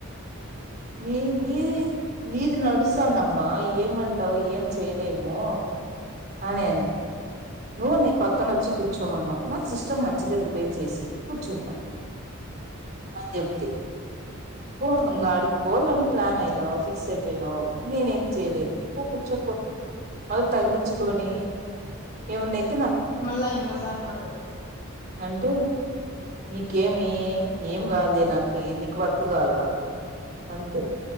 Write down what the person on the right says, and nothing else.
నీ నీది నీది నడుస్తాందమ్మ ఏమంటావు ఏం చే లేము అనే అనే ను న పక్కన వచ్చి పచ్చ కూర్చోమన్నా నా సిస్టమ్ మంచిగా రిపేర్ చేసి కూర్చుంటాం అ చెప్తే ఓంగ అడి పోని ప్లాన్ అయినావు ఫిక్స్ అయిపోయినా్ నేనేం చేయలేదు ఒక చెొప్పు మళ తగిలించి పోనీ ఏముండైతే
అంటే నీకేమి ఏం కాదు నాకి నీకు భర్త కాాల అంతే